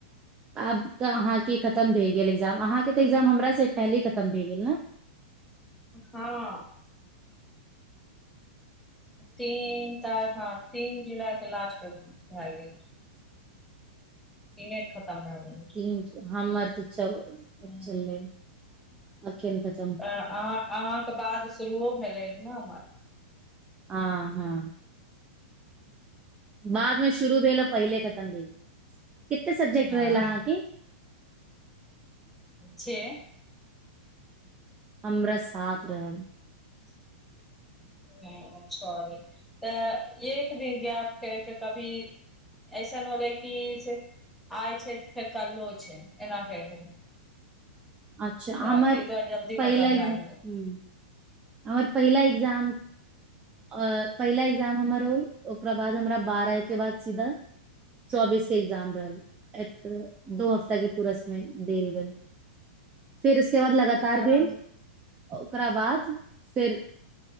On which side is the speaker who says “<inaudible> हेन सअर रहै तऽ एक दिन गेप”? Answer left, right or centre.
Centre